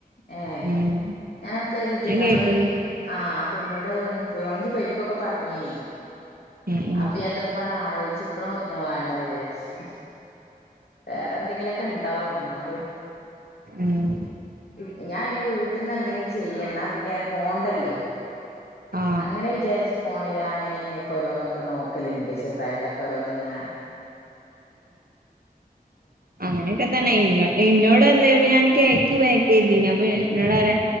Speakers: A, on the left (about 85°); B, on the right (about 70°).
A: ഏ
B: ഉം
A: ഞാൻ അപ്ലൈ ചെയ്തിട്ടീനി
B: ഞാൻ
A: അപ്പൊ
B: കേട്ടീനി
A: ആ അപ്പൊന്നോട് വന്ന് പോവാണെങ്കി പൊയിക്കൊക്കെ പറഞ്ഞീനി
B: ഉം
A: അപ്പൊ
B: ഉം
A: ഞാൻ ഇതൊക്കെപാടെ ആലോചിച്ചപ്പളും ഞാൻ വാണ്ട വിചാരിച്ച് വേറെ എന്തെങ്കിലൊക്കെണ്ടാവും ന്നാലും
B: ഉം
A: ഇപ് ഞാൻ പിന്നെവീട്ടിൽന്ന് എന്തെങ്കി ചെയ്യന്നാ പിന്നെ പോണ്ടല്ലോ
B: ആ
A: അങ്ങനെ വിചാരിച്ചു ഫോണില് അങ്ങനെ ഇങ്ങനെയൊക്കെ ഓരോന്നൊക്കെ നോക്കലുണ്ട് ചെറതായിട്ടൊക്കെ ഓരോന്ന്ങ്ങനെ
B: അങ്ങനെയെക്കെ തന്നെ ഇന്നോട് ഇന്നോടൊന്ന് അപ്പൊ ഞാൻ കേക്ക് പാക്ക് ചെയ്തീനി അപ്പൊ ന്നോട്റയാ